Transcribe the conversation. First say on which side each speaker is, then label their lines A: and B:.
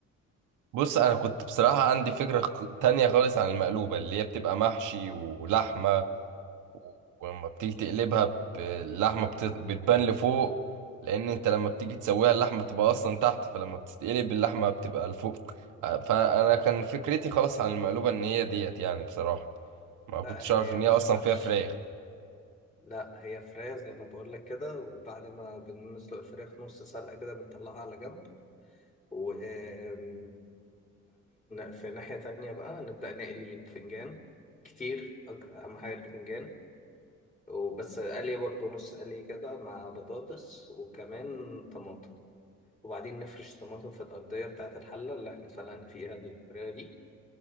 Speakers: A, on the right; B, on the left.
A: بص انا كنت بصراحة عندي فكرة خ- تانية خالص عن المقلوبة اللي هي بتبقى محشي ولحمة و- ولما بتيجي تقلبها ب- اللحمة بت- بتبان لفوق لان انت لما بتيجي تسويها اللحمة بتبقى اصلا تحت فلما بتتقلب اللحمة بتبقى لفوق آه، فانا كان فكرتي خلاص عن المقلوبة ان هي ديت يعني بصراحة ما كنتش
B: لا
A: اعرف
B: هي
A: ان
B: مش
A: هي اصلا
B: محشي
A: فيها فراخ
B: لا هي فراخ زي ما بقول لك كده وبعد ما بنسلق الفراخ نص سلقة كده بنطلعها على جنب وبعدين في ناحية تانية بقى نبدأ نقلي بتنجان كتير أك- أهم حاجة البتنجان وبس قلي برضه نص قلي كده مع بطاطس وكمان طماطم وبعدين نفرش طماطم في الأرضية بتاعة الحلة اللي احنا سلقنا فيها الفراخ دي